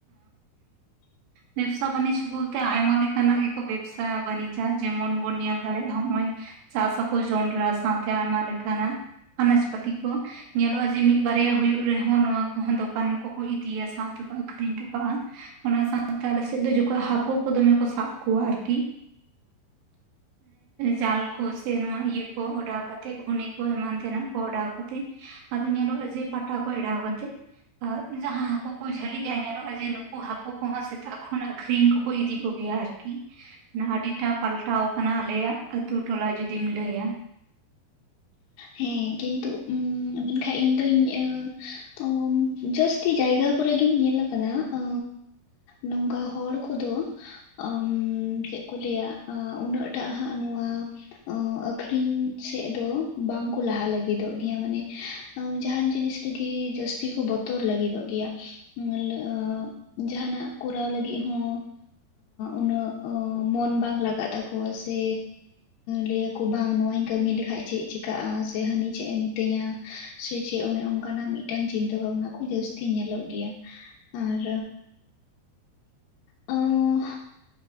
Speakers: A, on the left; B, on the right.
A: <inaudible>
B: ᱵᱮᱵᱽᱥᱟ ᱵᱟᱹᱱᱤᱡᱽ ᱵᱚᱞᱛᱮ ᱟᱭᱢᱟ ᱞᱮᱠᱟ ᱱᱟᱜ ᱜᱮ ᱠᱚ ᱵᱮᱵᱽᱥᱟ ᱵᱟᱹᱱᱤᱡᱟ ᱡᱮᱢᱚᱱ ᱵᱚᱱ ᱧᱮᱞ ᱫᱟᱲᱮᱭᱟᱜᱼᱟ ᱱᱚᱜᱼᱚᱭ ᱪᱟᱥ ᱟᱠᱚ ᱡᱚᱱᱰᱨᱟ ᱥᱟᱶᱛᱮ ᱟᱭᱢᱟ ᱞᱮᱠᱟ ᱱᱟᱜ ᱟᱱᱟᱡᱽ ᱯᱟᱹᱛᱤ ᱠᱚ ᱧᱮᱞᱚᱜᱼᱟ ᱡᱮ ᱢᱤᱫ ᱵᱟᱨᱭᱟ ᱦᱩᱭᱩᱜ ᱨᱮᱦᱚᱸ ᱱᱚᱶᱟ ᱠᱚᱦᱚᱸ ᱫᱚᱠᱟᱱ ᱠᱚ ᱠᱚ ᱤᱫᱤᱭᱟ ᱥᱟᱶᱛᱮ ᱠᱚ ᱟᱹᱷᱨᱤᱧ ᱦᱚᱴᱚ ᱠᱟᱜᱼᱟ ᱚᱱᱟ ᱥᱟᱶᱛᱮ ᱟᱞᱮ ᱥᱮᱫ ᱫᱚ ᱡᱚᱠᱷᱚᱡ ᱦᱟᱹᱠᱩ ᱠᱚ ᱫᱚᱢᱮ ᱠᱚ ᱥᱟᱵ ᱠᱚᱣᱟ ᱟᱨᱠᱤ
A: <inaudible>
B: ᱡᱟᱞ ᱠᱚ ᱥᱮ ᱱᱚᱣᱟ ᱤᱭᱟᱹ ᱠᱚ ᱚᱰᱟᱣ ᱠᱟᱛᱮᱜ ᱜᱷᱩᱱᱤ ᱠᱚ ᱮᱢᱟᱱ ᱛᱮ ᱱᱟᱜ ᱠᱚ ᱚᱰᱟᱣ ᱠᱟᱛᱮᱜ ᱟᱫᱚ ᱧᱮᱞᱚᱜᱼᱟ ᱡᱮ ᱯᱟᱴᱟ ᱠᱚ ᱮᱰᱟᱣ ᱠᱟᱛᱮᱜ ᱡᱟᱦᱟᱸ ᱦᱟᱹᱠᱩ ᱠᱚ ᱡᱷᱟᱹᱞᱤᱜᱼᱟ ᱧᱮᱞᱚᱜᱼᱟ ᱡᱮ ᱩᱱᱠᱩ ᱦᱟᱹᱠᱩ ᱠᱚᱦᱚᱸ ᱥᱮᱛᱟᱜ ᱠᱷᱚᱱ ᱟᱹᱠᱷᱨᱤᱧ ᱠᱚᱠᱚ ᱤᱫᱤ ᱠᱚ ᱜᱮᱭᱟ ᱟᱨᱠᱤ ᱟᱹᱰᱤ ᱴᱟ ᱯᱟᱞᱴᱟᱣ ᱟᱠᱟᱱᱟ ᱟᱞᱮ ᱭᱟᱜ ᱟᱹᱛᱩ ᱴᱚᱞᱟ ᱡᱩᱫᱤᱢ ᱞᱟᱹᱭᱟ
A: ᱦᱮᱸ ᱠᱤᱱᱛᱩ ᱢᱮᱱᱠᱷᱟᱡ ᱤᱧ ᱫᱚ <unintelligible> ᱡᱟᱹᱥᱛᱤ ᱡᱟᱭᱜᱟ ᱠᱚ ᱨᱮ ᱜᱤᱧ ᱧᱮᱞ ᱠᱟᱫᱟ ᱟᱹᱻ ᱱᱚᱝᱠᱟ ᱦᱚᱲ ᱠᱚ ᱫᱚ ᱟᱹᱢᱻ ᱪᱮᱫ ᱠᱚ ᱞᱟᱹᱭᱟ ᱩᱱᱟᱹᱜ ᱴᱟᱜ ᱦᱟᱸᱜ ᱱᱚᱣᱟ ᱟᱹᱠᱷᱨᱤᱧ ᱥᱮᱫ ᱫᱚ ᱵᱟᱝ ᱠᱚ ᱞᱟᱦᱟ ᱞᱟᱹᱜᱤᱫᱚᱜ ᱜᱮᱭᱟ ᱢᱟᱱᱮ ᱡᱟᱦᱟᱱ ᱡᱤᱱᱤᱥ ᱨᱮ ᱜᱮ ᱡᱟᱹᱥᱛᱤ ᱠᱚ ᱵᱚᱛᱚᱨ ᱞᱟᱹᱜᱤᱫᱚᱜ ᱜᱮᱭᱟ <unintelligible> ᱡᱟᱦᱟᱸ ᱱᱟᱜ ᱠᱚᱨᱟᱣ ᱞᱟᱹᱜᱤᱫ ᱦᱚᱸ ᱩᱱᱟᱹᱜ ᱢᱚᱱ ᱵᱟᱝ ᱞᱟᱜᱟᱜ ᱛᱟᱠᱚᱣᱟ ᱥᱮ ᱞᱟᱹᱭᱟ ᱠᱚ ᱵᱟᱝ ᱱᱚᱣᱟᱹᱧ ᱠᱟᱹᱢᱤ ᱞᱮᱠᱷᱟᱡ ᱪᱮᱫ ᱪᱤᱠᱟᱹ <unintelligible> ᱥᱮ ᱦᱟᱹᱱᱤ ᱪᱮᱫ ᱮ ᱢᱤᱛᱟᱹᱧᱟ ᱥᱮ ᱪᱮᱫ ᱚᱱᱮ ᱚᱱᱠᱟ ᱱᱟᱜ ᱢᱤᱫᱴᱟᱹᱝ ᱪᱤᱱᱛᱟᱹ ᱵᱷᱟᱵᱽᱱᱟ ᱠᱚ ᱡᱟᱹᱥ ᱛᱤ ᱧᱮᱞᱚᱜ ᱜᱮᱭᱟ ᱟᱨ ᱟᱺᱻ